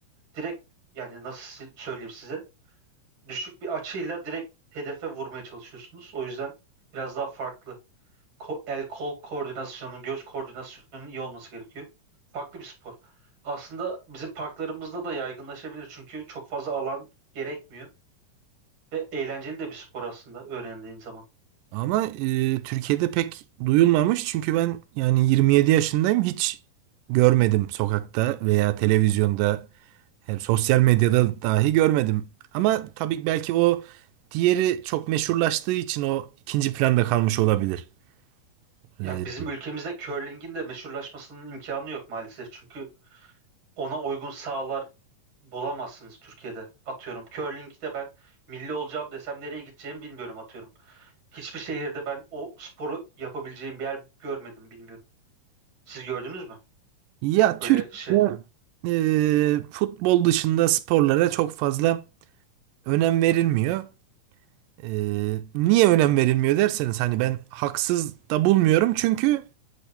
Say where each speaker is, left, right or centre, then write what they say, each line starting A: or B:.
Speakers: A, on the right (about 40°); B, on the right (about 90°).
A: Direkt yani nasıl si- söyleyeyim size düşük bir açıyla direkt hedefe vurmaya çalışıyorsunuz. O yüzden biraz daha farklı. Ko- el kol koordinasyonu, göz koordinasyonunun iyi olması gerekiyor. Farklı bir spor. Aslında bizim parklarımızda da yaygınlaşabilir çünkü çok fazla alan gerekmiyor. Ve eğlenceli de bir spor aslında öğrendiğin zaman.
B: Ama e, Türkiye'de pek duyulmamış çünkü ben yani 27 yaşındayım hiç görmedim sokakta veya televizyonda hem sosyal medyada dahi görmedim. Ama tabii belki o diğeri çok meşhurlaştığı için o ikinci planda kalmış olabilir. E,
A: Ya bizim ülkemizde curling'in de meşhurlaşmasının imkanı yok maalesef. Çünkü ona uygun sahalar bulamazsınız Türkiye'de. Atıyorum curling'de ben milli olacağım desem nereye gideceğimi bilmiyorum atıyorum. Hiçbir şehirde ben o sporu yapabileceğim bir yer görmedim bilmiyorum. Siz gördünüz mü?
B: Ya Türkiye'de
A: Böyle şey.
B: eee, futbol dışında sporlara çok fazla önem verilmiyor. Eee, niye önem verilmiyor derseniz hani ben haksız da bulmuyorum. Çünkü